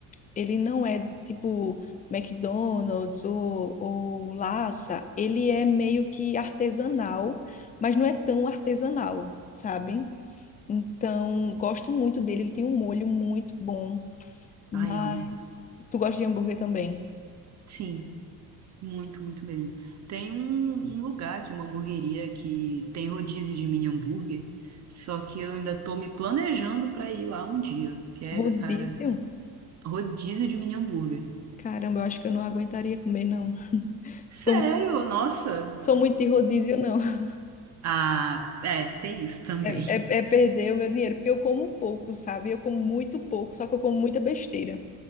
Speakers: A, on the left; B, on the right.
A: ele não é tipo McDonald's ou, ou Lassa, ele é meio que artesanal, mas não é tão artesanal, sabe? Então, gosto muito dele, ele tem um molho muito bom, mas
B: ai, amo.
A: tu gosta de hambúrguer também?
B: Sim, muito, muito mesmo. Tem um, um lugar aqui, uma hamburgueria que tem rodízio de mini hambúrguer, só que eu ainda tô me planejando pra ir lá um dia. Que é,
A: Rodízio?
B: cara, rodízio de mini hambúrguer.
A: Caramba, eu acho que eu não aguentaria comer, não.
B: Sério?
A: Sou,
B: Nossa!
A: sou muito de rodízio, não. <laughs>
B: Ah, é, tem isso também.
A: É, é, é
B: <laughs>
A: perder o meu dinheiro, porque eu como pouco, sabe? Eu como muito pouco, só que eu como muita besteira.